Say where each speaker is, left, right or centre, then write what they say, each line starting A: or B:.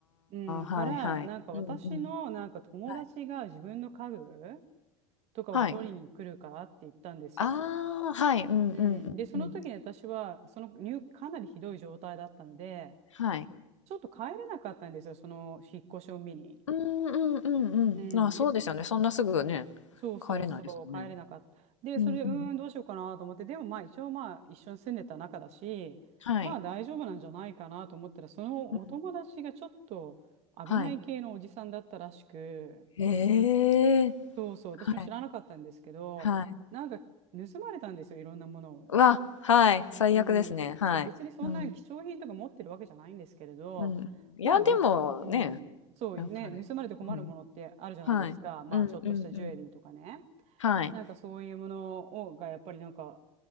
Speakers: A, on the right; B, on the left.
A: うん、から、
B: あ、はいはい。
A: なんか私のなんか友達が自分の家具
B: うんうん。はい。
A: とかを取りに来るからって言ったんですよ。
B: はい。ああ、はい、うんうんうんうん。
A: うん、で、その時に私は、その入、かなりひどい状態だったので、
B: はい。
A: ちょっと帰れなかったんですよ、その引っ越しを見に。
B: うんうんうんうん。
A: うん、
B: あ、そうですよね。
A: で
B: そんなすぐね、
A: そうそうそう、
B: 帰れないですよね。
A: 帰れなかった。で、
B: うんうん。
A: それ、うーん、どうしようかなと思って、でもまあ一応まあ一緒に住んでた仲だし、
B: はい。
A: まあ大丈夫なんじゃないかなと思ったら、そのお友達がちょっと危ない系のおじさんだったらしく、
B: うん。はい。へえ。
A: そうそう、私も知らなかったんですけど、
B: はい、はい。
A: なんか盗まれたんですよ、いろんなものを。
B: うわ、はい、最悪ですね。
A: う
B: はい。
A: ん、そう別にそんな貴重品とか持ってるわけじゃないんですけれど、
B: うん、うん。いや、
A: まあ別、
B: でもね、
A: うん、そうね、
B: やっぱり。
A: 盗まれて困るものってあるじゃないですか、
B: うん。はい。
A: まあちょっとしたジュエリーとかね、
B: うんうんうん。はい。
A: なんかそういうものをがやっぱりなんか、